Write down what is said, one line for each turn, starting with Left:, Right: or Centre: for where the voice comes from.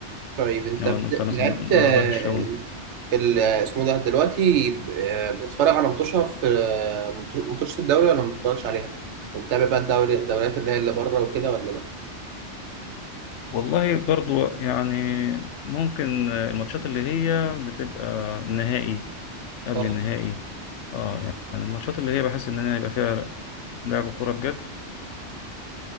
Right: طيب انت
Left: لو
Right: بت-
Left: انت مثلا
Right: لعبت آه،
Left: رايح الشغل
Right: ال- اسمه ده دلوقتي ب- آه، بتتفرج على ماتشها في آه، مط- ماتشات الدوري ولا ما بتتفرجش عليها؟ ومتابع بقى الدوري الدوريات اللي هي اللي بره وكده ولا لا؟
Left: والله برضو يعني ممكن الماتشات اللي هي بتبقى نهائي قبل
Right: اه
Left: النهائي اه يعني الماتشات اللي هي بحس ان انا يبقى فيها لعب كوره بجد